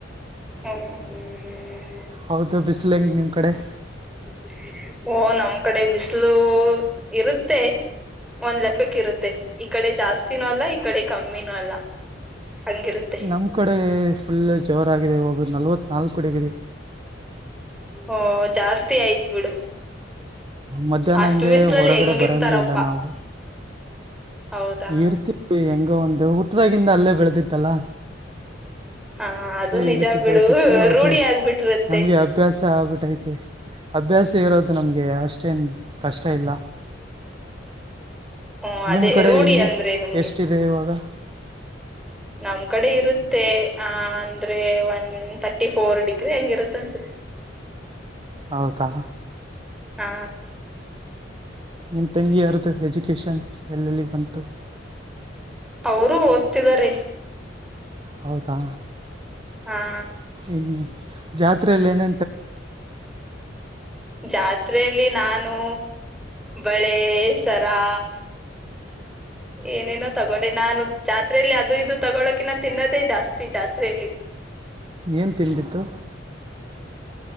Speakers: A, in the centre; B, on the right (about 30°).
A: ಹ ಹ್ಮ್
B: ಹೌದು ಬಿಸಿಲು ಹೆಂಗೆ ನಿಮ್ಮ ಕಡೆ
A: <unintelligible> ಓ ನಮ್ ಕಡೆ ಬಿಸಿಲು ಇರುತ್ತೆ ಒಂದ್ ಲಲೆಕ್ ಕಿರುತ್ತೆ ಈ ಕಡೆ ಜಾಸ್ತಿನೂ ಅಲ್ಲಾ ಇಕ ಕಡೆ ಕಮ್ಮಿನೂ ಅಲ್ಲ ಹಂಗಿರುತ್ತೆ
B: ನಮ್ಮ ಕಡೆ ಫುಲ್ ಜವರ್ ಆಗಿದೆ ಇವಾಗ ನಲವತ್ತು ನಾಲ್ಕು ಡಿಗರಿ
A: ಹಓ ಜಾಸ್ತಿ ಆಯ್ತ್ು ಬಿಡು
B: ಮಧ್ಯಾಹ್ನಂಗೆ
A: ಅಷ್ಟು ಬಿಸ್ಲಲ್ಲಿ
B: ಹೊರಗಡೆ
A: ಹೆಂಗಿರ್ತಾರಪ್ಪಾ
B: ಬರಂಗೆ ಇಲ್ಲ ನಾವು
A: ಹೌದಾ
B: ಇರ್ತೀವಿ ಹೆಂಗ ಒಂದು ಹುಟ್ಟದಾಗಿಂದ ಅಲ್ಲೇ ಬೆಳೆದಿತ್ತಲ್ಲ
A: ಹಾ ಅದು ನಿಜ
B: ಇಳಿದು
A: ಬಿಡು
B: ಬೆಳೆದಿತ್ತು
A: ರೂಢಿ
B: ಅದು
A: ಆಗ್ಬಿಟ್ಟಿರತ್ತೆ
B: ನಮಗೆ ಅಭ್ಯಾಸ <unintelligible> ಅಭ್ಯಾಸ ಇರೋ ನಮಗೆ ಅಷ್ಟೇನು ಇಷ್ಟ ಇಲ್ಲ
A: ಹ್ಮ್ ಅದೇ
B: ನಿಮ್ಮ ಕಡೆ
A: ರೂಢಿ
B: ಹೆಂಗೆ
A: ಅಂದ್ರೆ ನಿಮ್ಗೆ
B: ಎಷ್ಟಿದೆ ಇವಾಗ
A: ನಮ್ ಕಡೆ ಇರುತ್ತೆ ಆ ಅಂದ್ರೆ ಒನ್ ಥರ್ಟಿ ಫೋರ್ ಡಿಗ್ರಿ ಹೆಂಗ ಇರುತ್ತ ಅನ್ಸುತ್ತೆ
B: ಹೌದಾ
A: ಹಾ
B: ನಿಮ್ಮ ತಂಗಿಯರ್ದು ಎಜುಕೇಷನ್ ಎಲ್ಲೆಲ್ಲಿಗೆ ಬಂತು
A: <inaudible> ಅವರು ತುದರೆ
B: ಹೌದಾ
A: ಹಾ
B: ಇನ್ನು ಜಾತ್ರೆಯಲ್ಲಿ ಏನ
A: ಜಾತ್ ಜಾತ್ರೆಯಲ್ಲಿ ನಾನು ಬಳೆ ಸರಾ ಏನೇನೋ ತಗೊಂಡೆ ನಾನು ಜಾತ್ರಲಿ ಅದು ಇದು ತಗೊಳಕಿಿನ ತಿನ್ನೋದೇ ಜಾಸ್ತಿ ಜಾತ್ರೆಯಲ್ಲಿ
B: ಏನು ತಿಂದಿತ್ತು